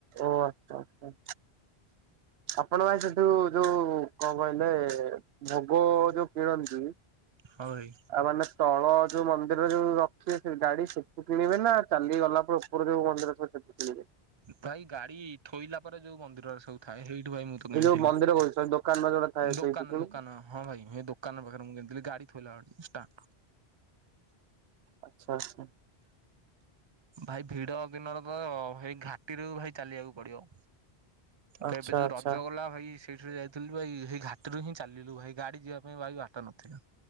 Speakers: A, on the right; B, on the right.
A: ଓ ଆଚ୍ଛା ଆଛା। ଆପଣ ଭାଇ ସେଠୁ ଯୋଉ କଣ କହିଲେ ଭୋଗ ଯୋଉ। କିଣନ୍ତି।
B: ହଁ ଭାଇ
A: ଆଉ ମାନେ ତଳ ଯୋଉ ମନ୍ଦିର ଯୋଉ ରଖିବେ ସେ ଗାଡି ସେଠି କିଣିବେ ନା ଚାଲି ଗଲା ପରେ। ଉପରେ ଯୋଉ ମନ୍ଦିର ଥିବ ସେଠୁ କୀଣିବେ।
B: ଭାଇ ଗାଡି ଥୋଇଲା ପରେ ଯୋଉ ମନ୍ଦିରରା ସବୁ ଥାଏ ସେଇଠୁ ଭାଇ ମୁଁ। ତ କିଣିଥିଲି।
A: ଏଇ ଯୋଉ ମନ୍ଦିର କହୁଛି ସରି ଦୋକାନ ବା ଯୋଉ ଗୁଡା ଥାଏ
B: ଦୋକାନ
A: ସେଇଠୁ କିଣୁ।
B: ଦୋକାନ ହଁ ଭାଇ ମୁଁ ହେଇ ଦୋକାନ ପାଖରେ ମୁଁ କିଣିଥିଲି ଗାଡି ଥୋଇଲା ବେଳେ ଷ୍ଟା
A: ଆଚ୍ଛା ଆଚ୍ଛା।
B: ଭାଇ ଭିଡ ଦିନରେ ତ ହେଇ ଘାଟି ରୁ ଭାଇ ଚାଲିବାକୁ ପଡିବ। ତ
A: ଆଚ୍ଛା
B: ଏବେ ଯୋଉ
A: ଆଚ୍ଛା।
B: ରଜ ଗଲା ଭାଇ। ସେଇ ଥିରେ ଯାଇଥିଲୁ ଭାଇ ସେଇ ଘାଟି ରୁ ହିଁ ଚାଲିଲୁ ଭାଇ ଗାଡି ଯିବା ପାଇଁ ଭାଇ ବାଟ ନଥିଲା।